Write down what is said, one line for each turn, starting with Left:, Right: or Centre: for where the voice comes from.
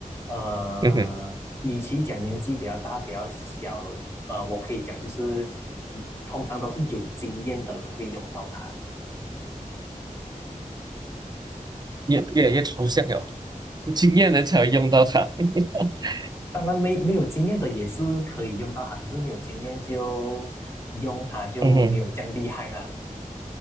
Left: 呃，
Right: 嗯哼，
Left: 与其讲年纪比较大、比较小，呃，我可以讲就是，嗯通常都是有经验的人会用到它。
Right: 越越来越抽象了，有经验人才会用到它。<laughs>
Left: 当然没，没有经验的也是可以用到它，可是没有经验就用它就没有这样厉害啦。
Right: 嗯哼，